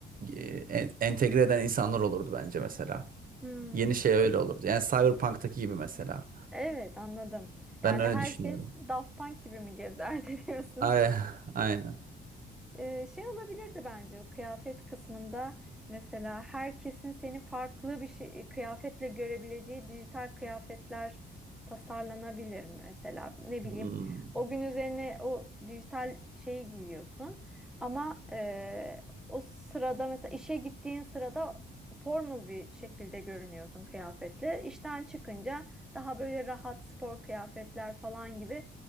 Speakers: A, on the right; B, in the centre.
A: e, en- entegre eden insanlar olurdu bence mesela.
B: Hmm.
A: Yeni şey öyle olurdu. Yani Cyberpunk'taki gibi mesela.
B: Evet anladım. Yani
A: Ben öyle
B: herkes
A: düşünüyorum.
B: Daft Punk gibi mi gezerdi <laughs> diyorsun?
A: Ay, <laughs> aynen.
B: Ee, şey olabilirdi bence o kıyafet kısmında mesela herkesin seni farklı bir şey, kıyafetle görebileceği dijital kıyafetler tasarlanabilir mi mesela ne
A: Hmm.
B: bileyim o gün üzerine o dijital şeyi giyiyorsun ama e, o sırada mesela işe gittiğin sırada formal bir şekilde görünüyorsun kıyafetle işten çıkınca daha böyle rahat spor kıyafetler falan gibi